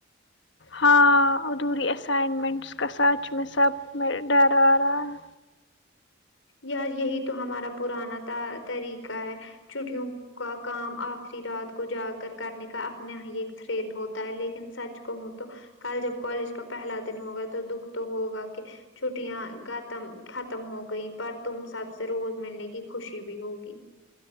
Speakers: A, on the left (about 65°); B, on the left (about 80°).
A: ہاں ادھوری ایسائنمنٹس کا سات سبمٹ ڈر آرہا ہے
B: یار یہی تو ہمارا پرانا طا طریقہ ہے چھٹیوں کا کام آخری رات کو جا کر کرنے کا اپنا ہی ایک تھریل ہوتا ہے لیکن سچ کہوں تو کل جب کالج کا پہلا دن ہوگا تو دکھ تو ہوگا کہ چھٹیاں گتم ختم ہو گئی پر تم سب سے روز ملنے کی خوشی بھی ہوگی